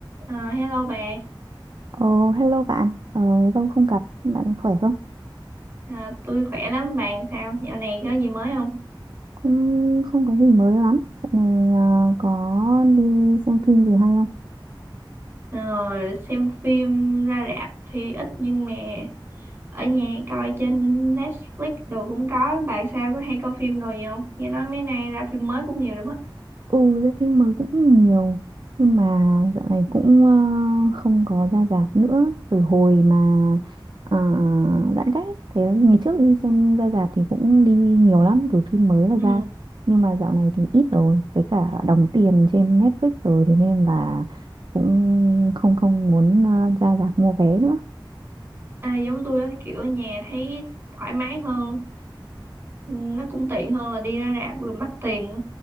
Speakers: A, on the right; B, on the right.
A: Ờ, hello bà,
B: Ờ, hello bạn, ờ, lâu không gặp, bạn khỏe không?
A: Ờ, tôi khỏe lắm bạn sao? Dạo này có gì mới không?
B: Cũng không có gì mới lắm. Dạo này ờ, có đi xem phim gì hay không?
A: Ờ, xem phim ra rạp thì ít nhưng mà ở nhà coi trên Netflix đồ cũng có. Bạn sao có hay coi phim rồi gì không? Nghe nói mấy nay ra phim mới cũng nhiều lắm á.
B: Ừ, ra phim mới cũng nhiều, nhưng mà dạo này cũng ờ, không có ra rạp nữa. Từ hồi mà ờ, giãn cách, ấy. thế ngày trước đi xem ra rạp thì cũng đi nhiều lắm, cứ phim mới là
A: Ừ.
B: ra. Nhưng mà dạo này thì ít rồi, với cả đóng tiền trên Netflix rồi, thế nên là cũng không không muốn ờ, ra rạp mua vé nữa.
A: À, giống tôi á, kiểu ở nhà thấy thoải mái hơn, Ừ, nó cũng tiện hơn là đi ra rạp vừa mắc tiền.